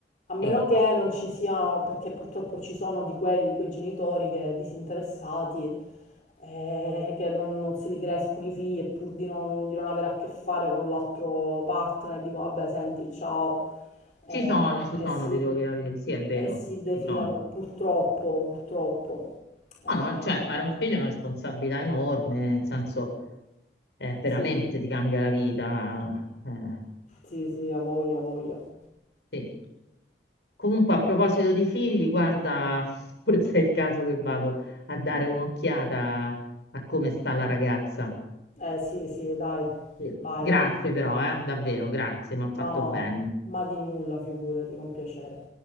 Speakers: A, on the left; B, on the left.
A: A meno
B: sì.
A: che non ci sia, perché purtroppo ci sono di quelli, di quei genitori che disinteressati, eh, che non, non se li crescono i figli e pur di non, di non avere a che fare con l'altro partner, dico vabbè, senti, ciao,
B: Ci
A: eh,
B: sono, ci sono,
A: e si,
B: ti devo dire la verità. Sì, è vero,
A: e si defilano,
B: ci sono.
A: purtroppo, purtroppo. Eh,
B: No, no, cioè,
A: vabbè.
B: fare un figlio è una responsabilità enorme, nel senso eh, veramente
A: sì,
B: ti cambia la vita. eh,
A: sì, sì, a voglia, a voglia.
B: sì. Comunque, a proposito di figli, guarda, <laughs> forse è il caso che vado a dare un'occhiata a come sta la ragazza.
A: Eh sì, sì, dai,
B: Sì.
A: vai,
B: Grazie
A: vai.
B: però, eh, davvero, grazie, mi ha fatto
A: No,
B: bene.
A: ma di nulla, figurati, con piacere.